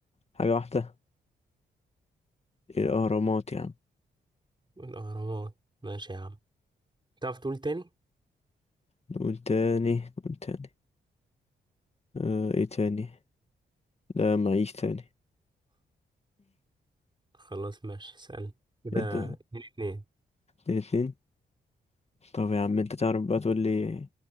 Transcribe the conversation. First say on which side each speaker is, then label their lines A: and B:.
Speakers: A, on the left; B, on the right.
A: حاجة واحدة الأهرامات يعني
B: الأهرامات ماشي يا عم تعرف تقول تاني
A: نقول تاني نقول تاني أه ايه تاني لا معيش تاني
B: خلاص ماشي اسألني كده
A: انت
B: اتنين اتنين
A: الاتنين طب يا عم انت تعرف بقى تقول لي